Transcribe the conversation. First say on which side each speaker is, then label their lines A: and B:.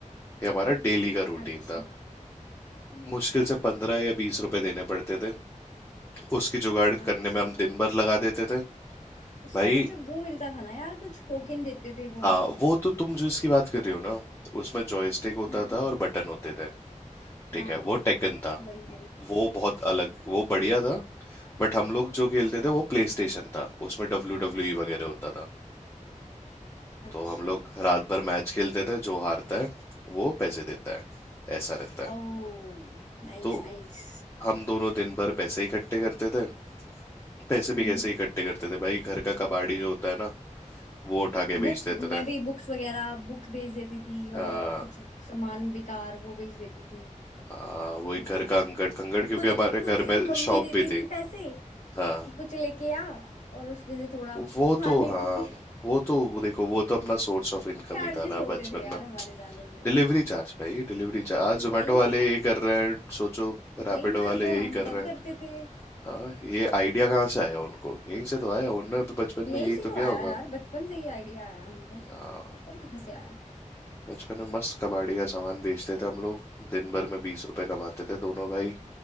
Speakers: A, on the left (about 20°); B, on the left (about 65°).
A: ये हमारा डेली का रूटीन
B: अच्छा
A: था मुश्किल से पंद्रह या बीस रुपए देने पड़ते थे उसकी जुगाड़
B: अच्छा
A: करने में हम दिन भर लगा देते थे
B: उसका
A: भाई
B: कुछ वो मिलता था ना यार कुछ टोकन देते थे वो
A: हाँ वो तो तुम जो इसकी बात कर रही हो ना उसमें जॉयस्टिक होता
B: हाँ
A: था और बटन होते थे
B: हाँ
A: ठीक है वो टेकन था
B: वही वही
A: वो बहुत अलग वो बढ़िया था बट हम लोग जो
B: अच्छा
A: खेलते थे वो प्ले स्टेशन था उसमें डब्ल्यू डब्ल्यू ई वगैरह होता था
B: अच्छा
A: तो हम लोग रात भर मैच खेलते थे जो हारता है वो पैसे देता है ऐसा रहता है
B: ओह Nice
A: तो
B: nice
A: हम दोनों दिन भर पैसे इकट्ठे करते थे पैसे
B: हम्म
A: भी कैसे इकट्ठे करते थे भाई घर का कबाड़ी जो होता है ना वो उठा के
B: बुक्स
A: बेच देते
B: मैं
A: थे
B: भी बुक्स वगैरह बुक्स भेज देती थी
A: आ,
B: और कुछ सामान बेकार वो भेज देती थी
A: आ, वही
B: हाँ
A: घर का अंकड़ कंकड़
B: और
A: क्योंकि
B: कुछ
A: हमारे घर
B: कुछ
A: में
B: मम्मी
A: शॉप
B: देती
A: भी थी
B: थी पैसे
A: हाँ
B: कि कुछ लेके आ और उसमें से थोड़ा <laughs>
A: वो
B: मार
A: तो
B: लेती
A: हाँ
B: थी
A: वो तो देखो वो तो अपना सोर्स ऑफ इनकम
B: चार्जेस
A: ही था ना
B: होते
A: बचपन
B: थे यार
A: में
B: हमारे जाने के वो
A: डिलीवरी चार्ज भाई डिलीवरी चार्ज आज जोमेटो
B: वही
A: वाले
B: ना
A: यही कर रहे हैं सोचो रैपिडो
B: वही ना
A: वाले
B: तो
A: यही
B: हम
A: कर
B: तब
A: रहे हैं
B: करते थे
A: हाँ ये आइडिया कहाँ से आया उनको यहीं से तो आया उन्होंने भी बचपन
B: यहीं
A: में यही
B: से
A: तो
B: तो
A: किया
B: आया
A: होगा
B: यार बचपन से ही आइडिया आया हमको
A: हाँ
B: और कहाँ से आया
A: बचपन में मस्त कबाड़ी का सामान बेचते थे हम लोग दिन भर में बीस रुपए कमाते थे दोनों भाई